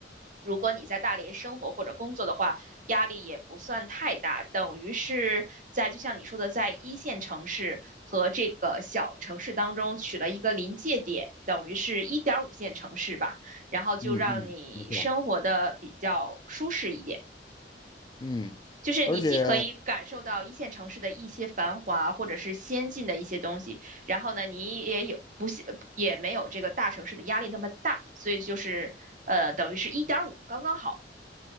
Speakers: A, on the right (about 50°); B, on the left (about 25°).
A: 如果你在大连生活或者工作的话，压力也不算太大，等于是在就像你说的，在一线城市和这个小城市当中取了一个临界点，等于是一点五线城市吧，然后就让你生活的比较舒适一点。
B: 嗯嗯，没错嗯，
A: 就是你既可以感受到一线城市的一些繁华或者是先进的一些东西，
B: 而且
A: 然后呢，你也有不也没有这个大城市的压力那么大，所以就是呃，等于是一点五刚刚好。